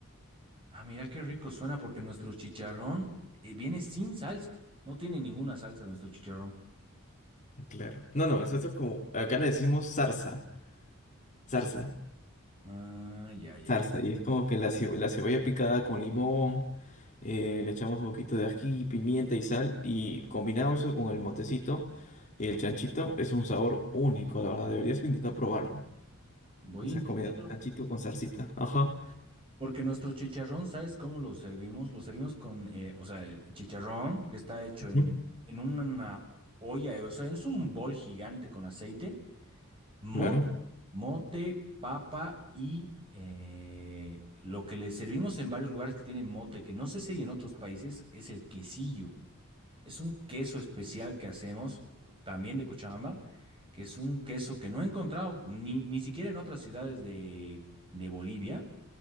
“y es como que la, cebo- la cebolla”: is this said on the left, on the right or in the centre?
Left